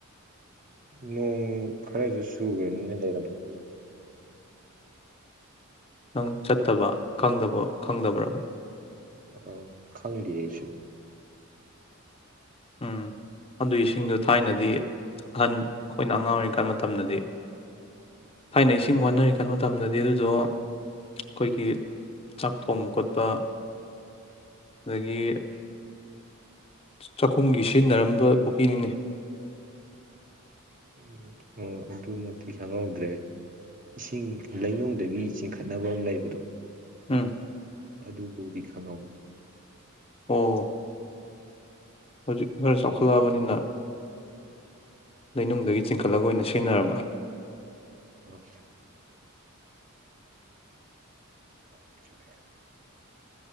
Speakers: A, on the right; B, on the left.
A: ꯅꯣꯡ ꯈꯔꯁꯨ ꯁꯨꯈ꯭ꯔꯅꯤꯅ ꯂꯩꯔꯝꯃꯅꯤ
B: ꯅꯪ ꯆꯠꯇꯕ ꯈꯪꯗꯕ ꯈꯪꯗꯕ꯭ꯔꯕ
A: ꯑ ꯈꯪꯗꯦ ꯑꯩꯁꯨ
B: ꯎꯝ ꯑꯗꯨ ꯏꯁꯤꯡꯗꯣ ꯊꯥꯏꯅꯗꯤ ꯑꯍꯟ ꯑꯩꯈꯣꯏꯅ ꯑꯉꯥꯡ ꯑꯣꯏꯔꯤ ꯀꯥꯟ ꯃꯇꯝꯗꯗꯤ ꯊꯥꯏꯅ ꯏꯁꯤꯡ ꯋꯥꯅꯔꯤ ꯈꯥꯟ ꯃꯇꯝꯗꯗꯤ ꯑꯗꯨꯗꯣ ꯑꯩꯈꯣꯏꯒꯤ ꯆꯥꯛ ꯊꯣꯡꯕ ꯈꯣꯠꯄ ꯑꯗꯒꯤ ꯆꯥꯛꯈꯨꯝꯒꯤ ꯁꯤꯖꯤꯟꯅꯔꯝꯕ ꯄꯨꯈ꯭ꯔꯤꯅꯤꯅꯦ
A: ꯎꯝ ꯑꯣ ꯑꯗꯨꯃꯛꯇꯤ ꯈꯪꯍꯧꯗ꯭ꯔꯦ ꯏꯁꯤꯡ ꯂꯩꯅꯨꯡꯗꯒꯤ ꯆꯤꯡꯈꯠꯅꯕ ꯑꯃ ꯂꯩꯕꯗꯣ
B: ꯎꯝ
A: ꯑꯗꯨꯕꯨꯗꯤ ꯈꯪꯍꯧ
B: ꯑꯣ ꯍꯧꯖꯤꯛ ꯈꯔ ꯆꯥꯎꯈꯠꯂꯛꯑꯕꯅꯤꯅ ꯂꯩꯅꯨꯡꯗꯒꯤ ꯆꯤꯡꯈꯠꯂꯒ ꯑꯣꯏꯅ ꯁꯤꯖꯤꯟꯅꯔꯕ
A: ꯎꯝ <unintelligible>